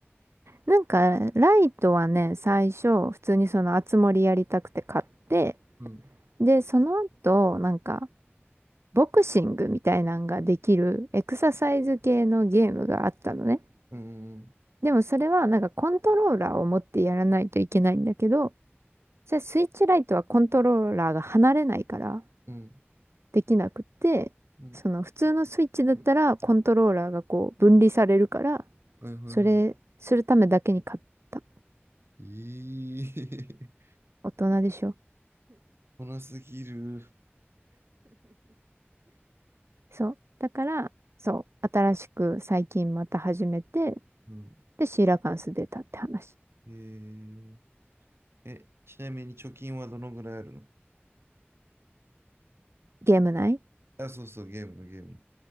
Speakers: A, on the right; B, on the right.
A: なんか、ライトはね、最初、普通にその、あつ森やりたくて買って、
B: うん、
A: で、その後、なんか、ボクシングみたいなんができるエクササイズ系のゲームがあったのね。
B: うん、うん、
A: でもそれはなんかコントローラーを持ってやらないといけないんだけど、それスイッチライトはコントローラーが離れないから
B: うん、
A: できなくって、
B: うん。
A: その普通のスイッチだったらコントローラーがこう分離されるから、
B: はいはいは
A: それするためだけに買った。
B: い。ええ
A: 大人でしょ。
B: こなすぎる。
A: そう。だから、そう。新しく最近また始めて、
B: うん。
A: で、シーラカンス出たって話。
B: えー、え、ちなみに貯金はどのぐらいあるの
A: ゲーム内
B: あ、そうそう、ゲームのゲーム